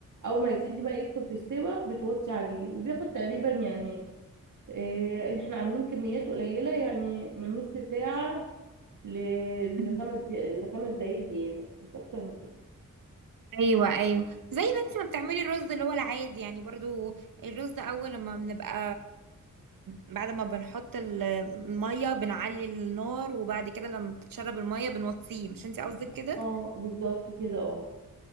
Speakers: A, on the right (about 65°); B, on the right (about 85°).
A: اول ما يبتدي بقى يدخل في السوا بتوطي عليه وبياخد تقريبا يعني إيه احنا عاملين كميات قليله يعني من نص ساعه ل-
B: مم.
A: لخمس لخمس دقايق زياده مش اكتر من كده.
B: ايوه ايوه زي ما انت ما بتعملي الرز اللي هو العادي يعني برضو الرز ده اول لما بنبقى بعد ما بنحط ال- الميه بنعلي النار وبعد كده لما بتتشرب الميه بنوطيه مش انت قصدك كده
A: اه بالظبط كده اه